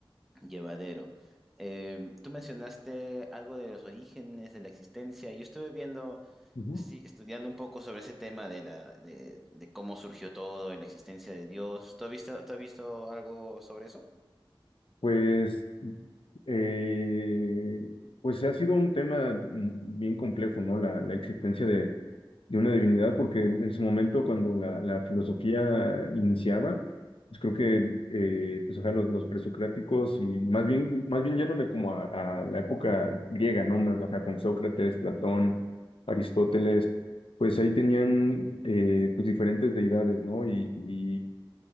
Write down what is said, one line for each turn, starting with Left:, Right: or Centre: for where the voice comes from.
Centre: Llevadero. Eh, tú mencionaste algo de los orígenes, de la existencia. Yo estuve viendo,
Left: ujú.
Centre: sí, estudiando un poco sobre ese tema de la, de, de cómo surgió todo, y la existencia de Dios. ¿Tú has visto, tú has visto algo sobre eso?
Left: Pues, eh, pues ha sido un tema mm, bien complejo, ¿no? La, la existencia de, de una divinidad, porque en su momento cuando la, la filosofía iniciaba, pues creo que eh, pues, ajá, los, los presocráticos y más bien, más bien yéndome como a, a la época griega, ¿no? Más ajá, con Sócrates, Platón, Aristóteles,
Centre: Sí,
Left: pues ahí tenían eh, pues diferentes deidades, ¿no? Y, y